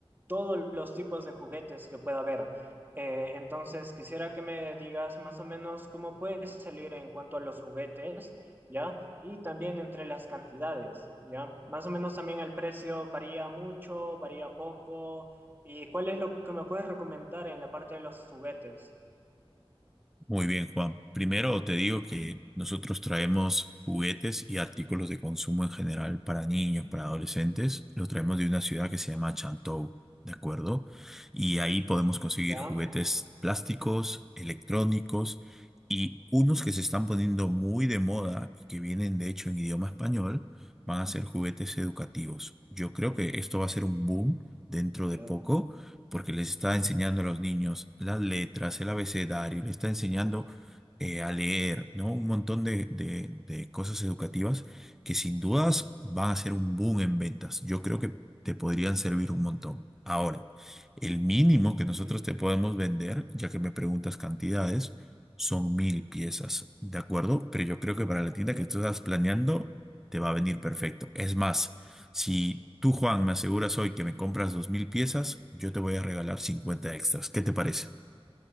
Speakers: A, on the right; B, in the centre.
A: todos los tipos de juguetes que pueda haber. Eh, entonces, quisiera que me digas más o menos cómo puedes salir en cuanto a los juguetes, ¿ya? Y también entre las cantidades, ¿ya? Más o menos también el precio varía mucho, varía poco. ¿Y cuál es lo que me puedes recomendar en la parte de los juguetes?
B: Muy bien, Juan. Primero te digo que nosotros traemos juguetes y artículos de consumo en general para niños, para adolescentes. Los traemos de una ciudad que se llama Chantou, ¿de acuerdo? Y ahí podemos conseguir
A: ¿Ya?
B: juguetes plásticos, electrónicos y unos que se están poniendo muy de moda y que vienen de hecho en idioma español, van a ser juguetes educativos. Yo creo que esto va a ser un boom dentro
A: Claro.
B: de poco porque les está enseñando a los niños las letras, el abecedario, les está enseñando eh, a leer, ¿no? Un montón de, de- de cosas educativas que sin dudas van a ser un boom en ventas. Yo creo que te podrían servir un montón. Ahora, el mínimo que
A: Mm,
B: nosotros te podemos vender, ya que me preguntas cantidades, son mil piezas, ¿de acuerdo? Pero yo creo que para la
A: ok.
B: tienda que tú estás planeando, te va a venir perfecto. Es más, si tú, Juan, me aseguras hoy que me compras 2.000 piezas, yo te voy a regalar 50 extras. ¿Qué te parece?